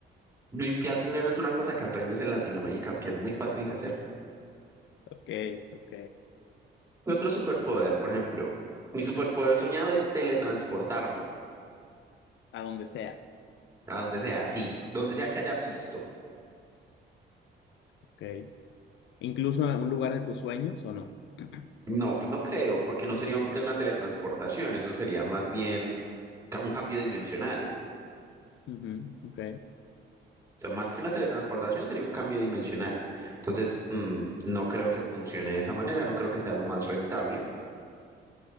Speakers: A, on the right; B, on the left.
A: Limpiar dinero es una cosa que aprendes en Latinoamérica, que es muy fácil de hacer.
B: Ok, ok,
A: ¿Qué otro superpoder? Por ejemplo, mi superpoder soñado es teletransportarme
B: a donde sea,
A: a donde sea, sí, donde sea que haya visto.
B: ok. Incluso en un lugar de tus sueños o no. <clears throat>
A: No, pues no creo, porque no sería un- una teletransportación, eso sería más bien ca- un cambio dimensional.
B: Ujú, ok.
A: O sea, más que una teletransportación sería un cambio dimensional. Entonces, mm, no creo que funcione de esa manera, no creo que sea lo más rentable,